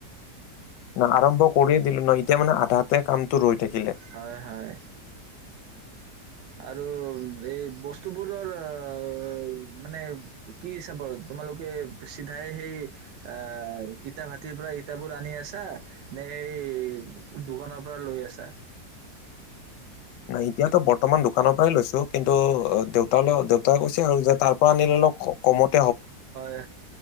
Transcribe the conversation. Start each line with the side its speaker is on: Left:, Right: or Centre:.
Left: ন আৰম্ভ কৰিয়ে দিলো ন এতিয়া মানে আধাতে কামতো ৰৈ থাকে
Right: হয় হয় আৰু এই বস্তুবোৰৰ আহ মানে কি চাব তোমালোকে চিধাই সেই আহ ইটা ভাটিৰ পৰা ইটাবোৰ আনি আছা নে সেই দোকানৰ পৰা লৈ আছা
Left: নাই এতিয়াতো বৰ্তমান দোকানৰ পৰাই লৈছো কিন্তু দেউতাল দেউতাই কৈছে আৰু যে তাৰ পৰা আনিল অলপ কমত
Right: হয়